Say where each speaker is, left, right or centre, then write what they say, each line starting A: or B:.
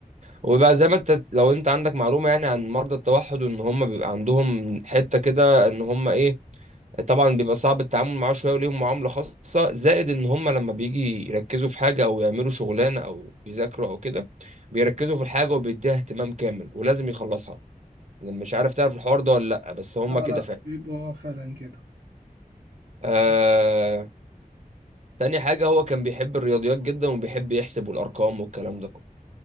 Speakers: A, on the right (about 50°); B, on the right (about 85°).
A: وبقى زي ما انت لو انت عندك معلومة يعني عن مرضى التوحد ان هم بيبقى عندهم حتة كده ان هم ايه طبعا بيبقى صعب التعامل معاه شويه وليهم معامله خاصه زائد ان هم لما بيجي يركزوا في حاجه او يعملوا شغلانه او يذاكروا او كده بيركزوا في الحاجه وبيديها اهتمام كامل ولازم يخلصها أنا مش عارف تعرف الحوار ده ولا لا بس هم
B: لا
A: كده
B: لا
A: فعلا
B: بيبقى فعلا كده
A: آه...
B: آه،
A: تاني حاجه هو كان بيحب الرياضيات جدا وبيحب يحسب والارقام والكلام ده كله.